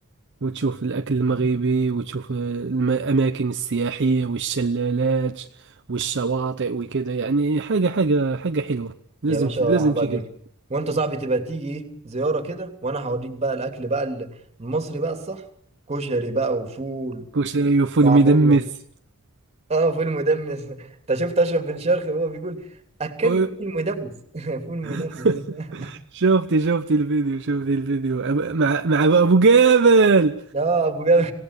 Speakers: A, on the right; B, on the right.
A: وتشوف الاكل المغربي وتشوف الاماكن السياحيه والشلالات والشواطئ وكذا يعني حاجه حاجه حاجه حلوه لازم
B: يا باشا
A: ت...
B: هبقى
A: لازم تيجي
B: اجيلك وانت صاحبي تبقى تيجي ايه زياره كده وانا هوريك بقى الاكل بقى ال- المصري بقى الصح كشري بقى وفول
A: كشري وفول
B: وطعميه
A: مدمس
B: اه فول مدمس <laughs> انت شفت اشرف بن شرقي وهو بيقول اكلني
A: أو-
B: فول مدمس <laughs> فول مدمس
A: <laughs>
B: <laughs>
A: شفتي شفتي الفيديو شفتي الفيديو أب... مع مع ابو جابل
B: لا ابو جابر